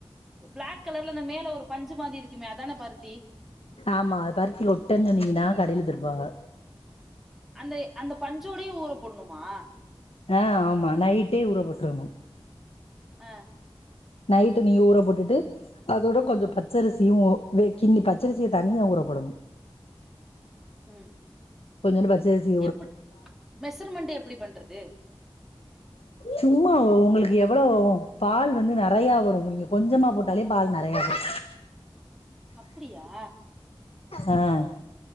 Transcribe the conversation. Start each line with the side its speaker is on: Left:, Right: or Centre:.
Centre: பிளாக் ரெட்கலர்ல அந்த மேல ஒரு பஞ்சு மாதி இருக்குமே அதான பருத்தி
Left: ஆமா பருத்தி ஒட்டஞ் சொன்னீங்கன்னா கடைல தருவாஹ
Centre: அந்தே அந்த பஞ்சோடயே ஊர போட்ண்ணுமா
Left: அ ஆமா நைட்டே ஊறப்போட்டுருணு
Centre: அ
Left: நைட்டு நீ ஊற போட்டுட்டு அதோட கொஞ்சோ பச்சரிசியு கிண்ணி பச்சரிசிய தனியா ஊறப்போடணு
Centre: ம்
Left: கொஞ்சோன்டு பச்சரிசி
Centre: எப் மெசர்மெண்ட் எப்டி பண்றது
Left: சும்மா உங்களுக்கு எவ்வளவாவு பால் வந்து நெறைய வரு நீங்க கொஞ்சமா போட்டாலே பால் நெறையா வரு
Centre: அப்டியா
Left: ஆ அத